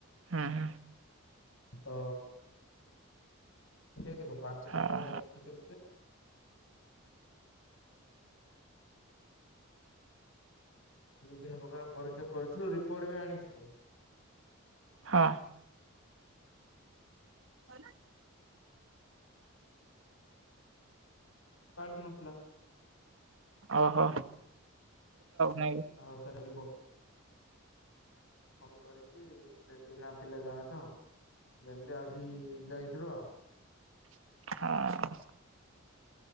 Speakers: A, on the right (about 65°); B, on the left (about 70°).
A: ହୁଁ ହୁଁ।
B: ନ୍ତ ଦେଖେଇଥିଲୁ ପାଞ୍ଚ <unintelligible>
A: ହଁ
B: ଦେଖେଇଥିଲୁ ଯେ ଦୁଇ ତିନି ପ୍ରକାର ପରୀକ୍ଷା କରିଥିଲୁ ରିପୋର୍ଟ ବି ଆଣିଥିଲୁ।
A: ହଁ। ହଁ ନା
B: କାଢି ନଥିଲା।
A: ଓହୋ। ନାଇଁ
B: ଆଉ ତରଳିବ ଫୋନ କରିକି ସେଠି ନଥିଲେ ଜଣେ ତ ଯେମତି ଆଜି ଯାଇଥିଲ।
A: ହଁ।